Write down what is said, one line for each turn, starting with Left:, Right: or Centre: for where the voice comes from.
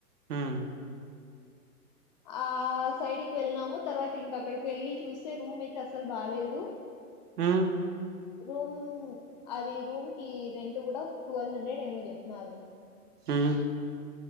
Right: ఉమ్మ్
Left: ఆ సైడికి వెళ్లినాము తర్వాత ఇంకా అక్కడికి వెళ్ళి చూస్తే రూమ్ అయితే అసలు బాలేదు
Right: ఉమ్మ్
Left: రూమ్ అది రూమ్‌కి రెంట్ కూడా టువల్ హండ్రెడ్ ఏమో చెప్పినారు
Right: ఉమ్మ్